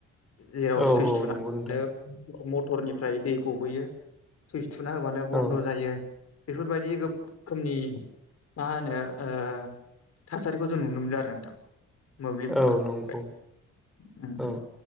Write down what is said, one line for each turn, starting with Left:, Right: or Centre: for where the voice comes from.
Left: जेराव
Centre: औ
Left: सुइस
Centre: औ
Left: थुनाानो
Centre: नंगौ नोंथां
Left: मटरनिफ्राय दै गबोयो सुइस थुना हो बानो बन्द'
Centre: औ
Left: जायो। बेफोरबायदि गोबां रोखोमनि मा होनो ओ थासारिखौ जों नुनो मोनदों आरो नोंथां। मोब्लिब ओंखारबाय
Centre: औ नंगौ
Left: ओम ओम
Centre: औ